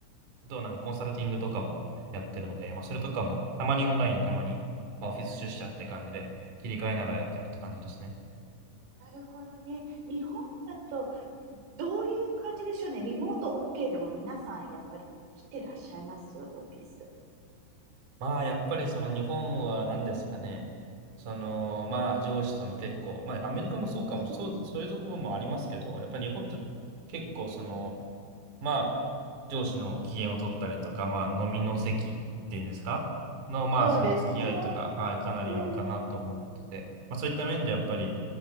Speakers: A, on the right (about 40°); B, on the right (about 85°).
A: あとはなんかコンサルティングとかもやってるので、まあ、それとかもたまにオンライン、たまにまあオフィス出社って感じで切り替えながらやってるって感じですね。
B: なるほどね。日本だと、どういう感じでしょうね。リモート OK でも皆さんやっぱり来てらっしゃいますオフィス。
A: まあやっぱりその日本は何ですかね。そのまあ上司との結構、まあアメリカもそうかも、
B: うん
A: そう、そういうところもありますけど、やっぱり日本って結構そのまあ上司の機嫌を取ったりとか、まあ飲みの席っていうんですかのまあその付き合いとか、
B: そうですね。
A: はい、かなりあるかなと思ってて、
B: うん。うん。
A: まあそういった面でやっぱり